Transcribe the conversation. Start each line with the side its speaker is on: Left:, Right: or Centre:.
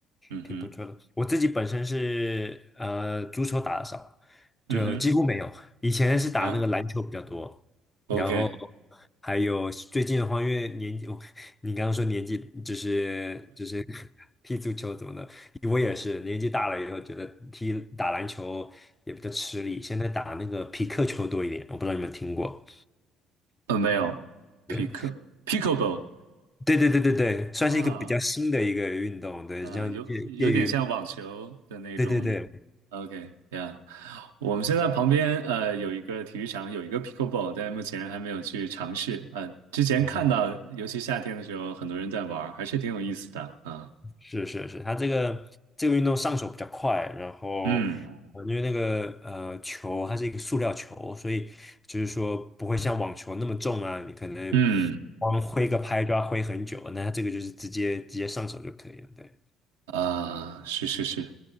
Right: 嗯哼，
Left: 挺不错的。我自己本身是呃足球打的少，
Right: 嗯哼，
Left: 就几乎没有。以前是打那个篮球比较多，
Right: 呀，OK，
Left: 然后还有最近的话，因为年纪，<laughs> 我你刚刚说年纪就是就是 <laughs> 踢足球怎么的，我也是年纪大了以后觉得踢打篮球也比较吃力，现在打那个匹克球多一点，我不知道你们听过
Right: 呃，没有
Left: 没有？
Right: ，pick pickleball
Left: 对对对对对，算是一个比较新的一个运动，
Right: 啊。
Left: 对，
Right: 呃，
Left: 像介介于
Right: 有有点像网球的那种。
Left: 对对对。
Right: OK，呀、我们现在旁边呃有一个体育场，有一个 pickleball，但目前还没有去尝试。呃，之前看到，
Left: 啊
Right: 尤其夏天的时候，很多人在玩儿还是挺有意思的啊。
Left: 是是是，他这个这个运动上手比较快，然后
Right: 嗯
Left: 呃因为那个呃球它是一个塑料球，所以就是说不会像网球那么重啊，你可能
Right: 嗯。
Left: 光挥个拍就要挥很久，那它这个就是直接直接上手就可以了。对，
Right: 啊，是是是，